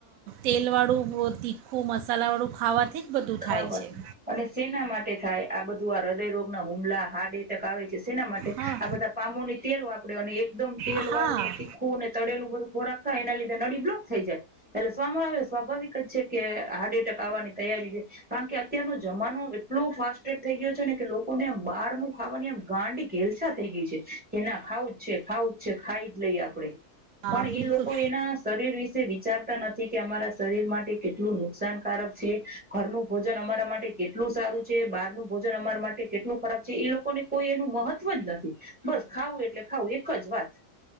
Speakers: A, on the right (about 70°); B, in the centre.
A: તેલવાળું તીખું મસાલાવાળું ખાવાથી જ બધું થાય
B: ખાવત
A: છે
B: અને સેના માટે થાય આ બધું આ હૃદયરોગ નો હુમલા હાર્ટ એટેક આવે છે. શેના માટે
A: હા
B: આ બધા પામોની તેલ વાપર્યો અને એકદમ તેલ
A: હા
B: વાળું ને તીખું ને તળેલું બધું ખોરાક થાય એના લીધે નળી બ્લોક થઈ જાય એટલે સ્વામ આવે સ્વાભાવિક જ છે કે હાર્ટ એટેક આવવાની તૈયારી છે. કારણ કે અત્યારનું જમાનું એટલું ફાસ્ટ થઈ ગયો છે. ને કે લોકોને બહાર નુ ખાવાની આમ ગાંડી ઘ હેલસાા થઈ ગઈ છે, કે ના ખાવું જ છે, ખાવું જ છે ખાઈ જ લઈએ આપડે
A: હા
B: પણ
A: બિલકુલ
B: એ લોકો એના શરીર વિશે વિચારતા નથી કે અમારા શરીર માટે કેટલું નુકસાનકારક છે. ઘરનું ભોજન અમારા માટે કેટલું સારું છે બહાર નુ ભોજન અમારા માટે કેટલું ફરક જે એ લોકોને કોઈ એનું મહત્વ જ નથી. બસ ખાવું એટલે ખાવું એક જ વાત